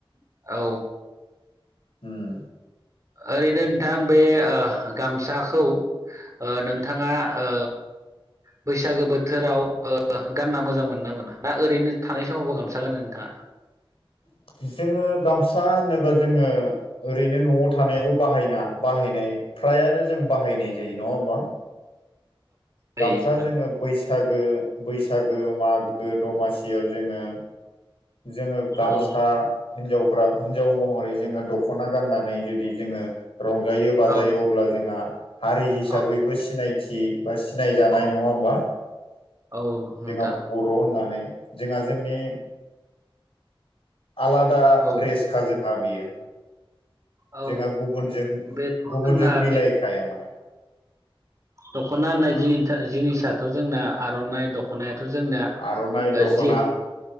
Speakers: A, on the right; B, on the left.
A: औ
B: उम
A: ओरैनो नोंथां बे ओ गामसाखौ ओ नोंथाङा ओ बैसागो बोथोराव ओ गानना मोजां मोनो ना मोना ना? ओरैनो थानाय समावबो गामसा गानो नोंथाङा
B: <inaudible> जोङो गामसा होनोबा जोङो ओरैनो नआव थानायावबो बाहायना बाहायनाय फ्रायानो जों बाहायनाय जायो नङा होमबा?
A: जायो
B: गामसा
A: नोंथां।
B: जोङो बैसाग गो बैसागो मागो दमासियाव जोङो। जोङो गामसा
A: औ
B: हिनजावफोरा हिनजाव महरै जोङो दख' ना गाननानै जुदि जोङो रंजायो बाजायो
A: औ
B: अब्ला जोंहा हारि हिसाबैबो
A: औ
B: सिनायथि बा सिनायजानाय नङा होमबा?
A: औ नोंथां
B: जोंहा बर' होननानै जोंहा जोंनि आलादा
A: औ
B: द्रेसखा जोंहा बियो।
A: औ
B: जोंहा गुबुनजों
A: बेथ'
B: गुबुनजों
A: जोंना
B: मिलायखाया
A: बे
B: माने।
A: दख'ना होननाय जिनिस- जिनिसाथ' जोंना आर'नाइ द ख'नायाथ' जोंना
B: आर'नाइ दख'ना
A: जि